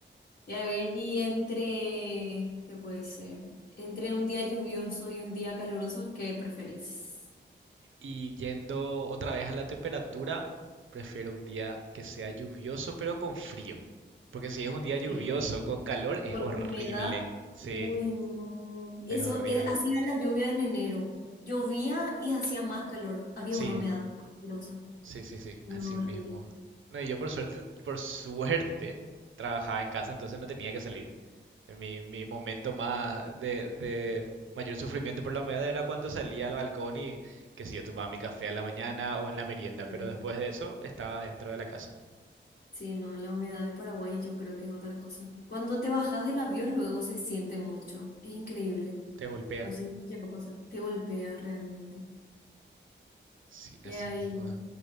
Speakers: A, on the left; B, on the right.
A: Y a ver, y entre, ¿qué puede ser? Entre un día lluvioso y un día caluroso, ¿qué preferís?
B: Y yendo otra vez a la temperatura, prefiero un día que sea lluvioso pero con frío. Porque si es un día lluvioso
A: Sí. Mm.
B: con calor es
A: Con
B: horrible.
A: humedad.
B: Sí,
A: Uy, no. Eso,
B: es horrible.
A: eh, así era la lluvia en enero. Llovía y hacía más calor. Había
B: Sí,
A: una humedad asquerosa.
B: sí, sí, sí,
A: No,
B: así
A: horrible.
B: mismo. No, y yo por suerte, por suerte, trabajaba en casa, entonces no tenía que salir. Mi, mi momento más de, de mayor sufrimiento por la humedad era cuando salía al balcón y, que si yo, tomaba mi café a la mañana o en la merienda, pero
A: Sí,
B: después de eso estaba dentro de la casa.
A: Sí, no, la humedad de Paraguay yo creo que es otra cosa. Cuando te bajas del avión luego se siente mucho. Es increíble.
B: Te golpea.
A: No sé si te llegó a pasar. Te golpea realmente.
B: Sí, así
A: Y ahí.
B: mismo. es.